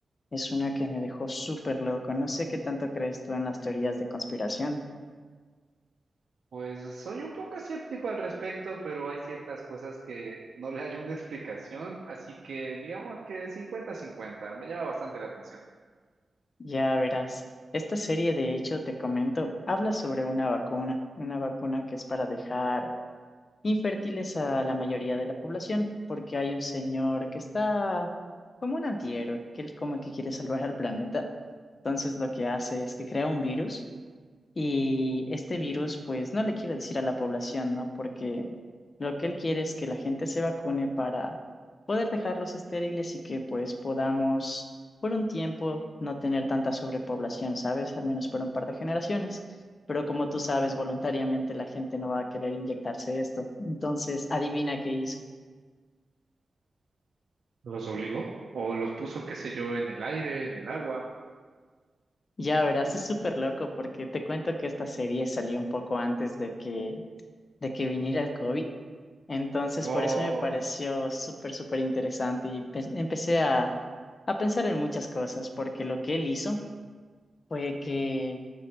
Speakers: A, on the left (about 50°); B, on the right (about 65°).
A: Es una que me dejó súper loco. No sé qué tanto crees tú en las teorías de conspiración.
B: Pues soy un poco escéptico al respecto, pero hay ciertas cosas que no le hay una explicación, así que digamos que cincuenta-cincuenta me llama bastante la atención.
A: Ya verás, esta serie de hecho te comento, habla sobre una vacuna, una vacuna que es para dejar infértiles a la mayoría de la población, porque hay un señor que está como un antihéroe, que él como que quiere salvar al planeta. Entonces lo que hace es que crea un virus Y este virus, pues, no le quiere decir a la población, ¿no? Porque lo que él quiere es que la gente se vacune para poder dejarlos estériles y que, pues, podamos por un tiempo no tener tanta sobrepoblación, ¿sabes? Al menos por un par de generaciones. Pero como tú sabes, voluntariamente la gente no va a querer inyectarse esto. Entonces, adivina qué hizo.
B: ¿Los obligó? ¿O los puso, qué sé yo, en el aire, en el agua?
A: Ya verás, es súper loco porque te cuento que esta serie salió un poco antes de que de que viniera el COVID. Entonces,
B: Wow,
A: por eso me pareció súper, súper interesante y pe- empecé a, a pensar en muchas cosas, porque lo que él hizo fue que